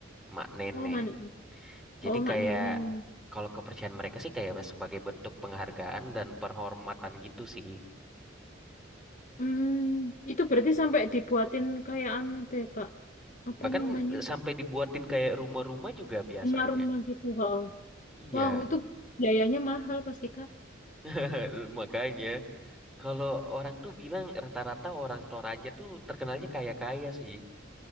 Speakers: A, in the centre; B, on the left.
A: Mak Nenek.
B: oh mana?
A: Jadi
B: Oh Mak
A: kayak
B: Nenek.
A: kalau kepercayaan mereka sih kayak sebagai bentuk penghargaan dan penghormatan gitu sih.
B: Hmm, itu berarti sampai dibuatin kayak anu tuh ya Kak. Apa
A: Bahkan
B: namanya?
A: eh, sampai dibuatin kayak rumah-rumah juga biasanya.
B: Rumah-rumah gitu. ha.
A: Iya,
B: Wow, itu biayanya mahal pasti Kak.
A: <laughs> makanya kalau orang tuh bilang rata-rata orang Toraja tuh terkenalnya kaya-kaya sih.